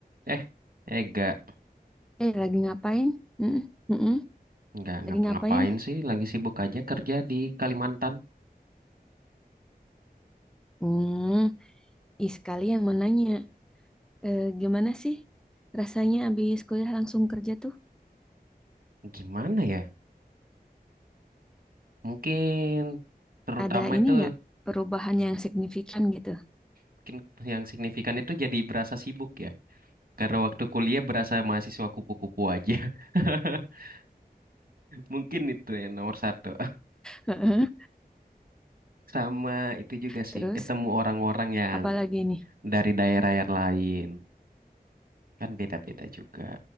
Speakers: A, on the right (about 65°); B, in the centre.
A: Eh, eh gak,
B: Eh, lagi ngapain? Mm, mm-mm.
A: nggak
B: Lagi
A: ngapa-ngapain
B: ngapain nih?
A: sih, lagi sibuk aja kerja di Kalimantan.
B: Hmm, ih sekalian mau nanya, eh, gimana sih rasanya abis kuliah langsung kerja tuh?
A: Gimana ya? Mungkin terutama
B: Ada
A: itu
B: ini nggak perubahan yang signifikan gitu?
A: mungkin yang signifikan itu jadi berasa sibuk ya. Karena waktu kuliah berasa mahasiswa kupu-kupu aja. <laughs> Mungkin itu yang nomor satu.
B: Heeh.
A: <laughs> Sama itu juga
B: Terus,
A: sih, ketemu orang-orang yang
B: apalagi nih?
A: dari daerah yang lain. Kan beda-beda juga.